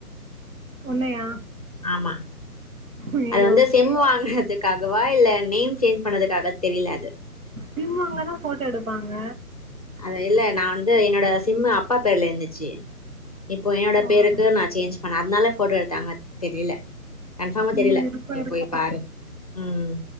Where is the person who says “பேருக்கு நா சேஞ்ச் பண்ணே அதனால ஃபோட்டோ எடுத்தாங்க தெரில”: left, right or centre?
Left